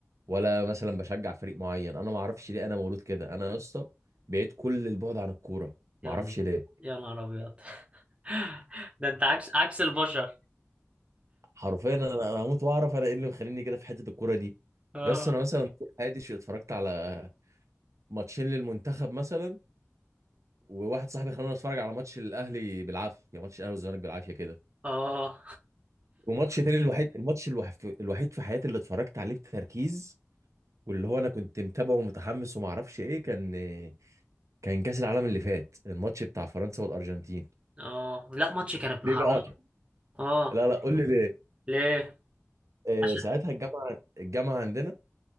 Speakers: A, on the right (about 70°); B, on the right (about 25°).
A: ولا مثلا بشجع فريق معين انا ما اعرفش ليه انا مولود كده انا يا اسطى بعيد كل البعد عن الكوره
B: يلا
A: ما اعرفش ليه
B: يا نهار أبيض <laughs> ده انت عكس عكس البشر
A: حرفيا انا أنا هموت واعرف انا ايه اللي مخليني كده في حته الكوره دي
B: اه
A: يا اسطى انا مثلا طول حياتي اتفرجت على ماتشين للمنتخب مثلا وواحد صاحبي خلاني اتفرج على ماتش الاهلي بالعافيه يعني ماتش الاهلي والزمالك بالعافيه كده
B: اه
A: وماتش تاني الوحيد الماتش الوح- الوحيد في حياتي اللي اتفرجت عليه بتركيز واللي هو انا كنت متابعه ومتحمس وما اعرفش ايه كان كان كاس العالم اللي فات الماتش بتاع فرنسا والارجنتين
B: اه لا ماتش كان ابن
A: ليه
B: حرام
A: بقى
B: اه
A: لا لا قول لي ليه
B: ليه
A: آه،
B: عشان
A: ساعتها الجامعه الجامعه عندنا